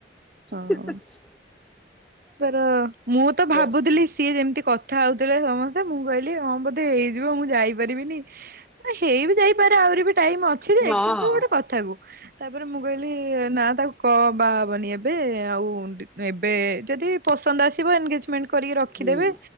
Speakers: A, on the right (about 55°); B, in the centre.
A: ହଁ
B: ହୁଁ ହୁଁ।
A: ତାର ମୁଁ ତ ଭାବୁଥିଲି
B: କଥା
A: ସିଏ ଯେମତି କ କଥା ହଉଥିଲେ ସମସ୍ତେ ମୁଁ କହିଲି ହଁ ବୋଧେ ହେଇଯିବ ମୁଁ ଯାଇପାରିବିନି। ହେଇ ବିି ଯାଇପାରେ ଆହୁରି ବି ଟାଇମ୍ ଅଛି ଯେ
B: ହଁ
A: କିନ୍ତୁ ଗୋଟେ କଥା କୁ। ତାପରେ ମୁଁ କହିଲି ନା ତାକୁ କ ବାହାହବନି ଏବେ ଆଉ ଏବେ ଯଦି ପସନ୍ଦ ଆସିବ ଏନଗେଜମେଣ୍ଟ କରିକି ରଖିଦେବେ
B: ହୁଁ